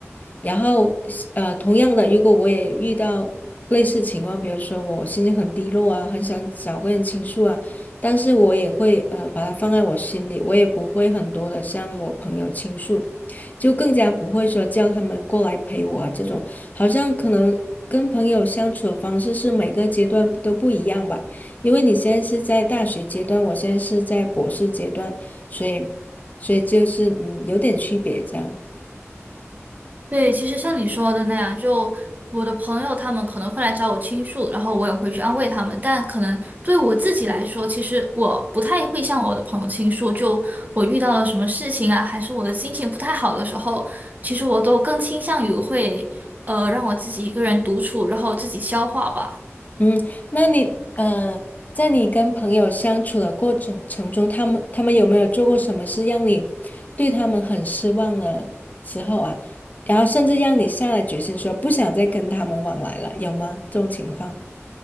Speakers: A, on the left; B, on the right.
A: 然后呃，同样的，如果我也遇到类似情况，比如说我心情很低落啊，很想找个人倾诉啊，但是我也会呃把它放在我心里，我也不会很多的向我朋友倾诉，就更加不会说叫他们过来陪我啊这种，好像可能。跟朋友相处的方式是每个阶段都不一样吧，因为你现在是在大学阶段，我现在是在博士阶段，所以，所以就是嗯有点区别这样。
B: 对，其实像你说的那样，就我的朋友他们可能会来找我倾诉，然后我也会去安慰他们。但可能对我自己来说，其实我不太会向我的朋友倾诉。就我遇到了什么事情啊，还是我的心情不太好的时候，其实我都更倾向于会呃让我自己一个人独处，然后自己消化吧。
A: 嗯，那你呃，在你跟朋友相处的过程程中，他们他们有没有做过什么事让你对他们很失望的时候啊？然后甚至让你下了决心说不想再跟他们往来了，有吗？这种情况？